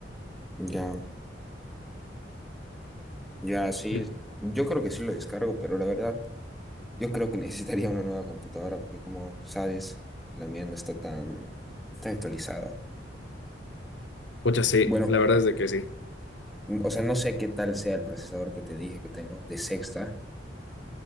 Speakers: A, in the centre; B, on the left.
A: Ya. Ya, sí.
B: Eh,
A: Yo creo que sí lo descargo, pero la verdad... Yo creo que <laughs> necesitaría una nueva computadora porque como sabes, la mía no está tan, tan actualizada.
B: Pucha, sí,
A: Bueno,
B: la verdad es de que sí.
A: n- o sea, no sé qué tal sea el procesador que te dije que tengo de sexta